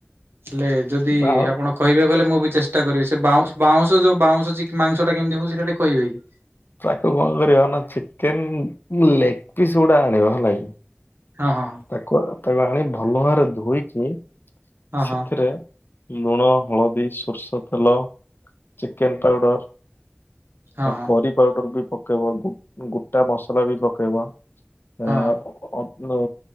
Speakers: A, on the right; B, on the left.
A: ହେଲେ ଯଦି
B: ବି ଆଉ
A: ଆପଣ କହିବାକୁଗଲେ ମୁଁ ବି ଚେଷ୍ଟା କରିବି ସେ ବାଉଁ ବାଉଁସ ଯୋଉ ବାଉଁସ ଚିକ ମାଂସ ଟା କେମିତି ହଉଛି ସେଇଟା ଟିକେ କହିବେ କି।
B: ତାକୁ କଣ କରିବ ନା ଚିକେନ ଲେଗ ପିସ୍ ଗୁଡା ଆଣିବ ହେଲା କି।
A: ହଁ ହଁ ହଁ।
B: କୋ ତାକୁ ଆଣି ଭଲ ଭାବରେ ଧୋଇକି
A: ହଁ
B: ସେଥିରେ।
A: ହଁ
B: ଲୁଣ, ହଳଦୀ, ସୋରିଷ ତେଲ, ଚିକେନ ପାଉଡ଼ର।
A: ହଁ ହଁ
B: କରି ପାଉଡର ବି ପକେଇବ ଗୋଟା ମସଲା ବି ପକେଇବ। ଏ
A: ହଁ
B: ଅ ଅସୁଣ